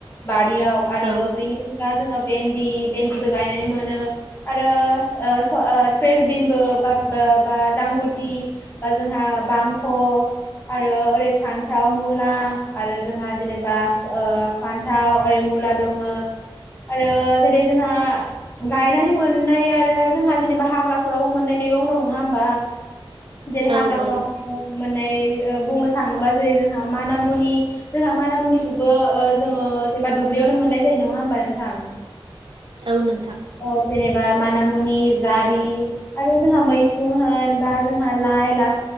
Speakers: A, on the left; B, on the right.
A: बारियाव आरो
B: औ
A: बेनि दा जोङो भेन्दि भेन्दिबो गायनानै मोनो आरो ओ स ओ ट्रेसबिनबो बाद बा-बा दांगांगुदि बा जोंहा बांख' आरो ओरै फान्थाव मुला आरो जोंहा जेनेबा फान्थाव ओरै मुला दङ आरो जेरै जोंहा गायनानै मोननाया आरो जोंहा जेनेबा हाग्राफोरावबो मोननाय मैगं दं नङा होमबा। जेरै हाग्राफोराव
B: औ औ
A: मैगं मोनो। मोननाय ओ बुंनो थाङोबा जेरै जोंहा मानामुनि जोंहा मानामुनिखौबो ओ जोङो जेनेबा दुब्लियावनो मोननाय जायो नङा होमबा नोंथां?
B: औ नोंथां
A: औ जेनेबा माना मुनि जारि आरो जोंहा मैसुं होन लाइ ला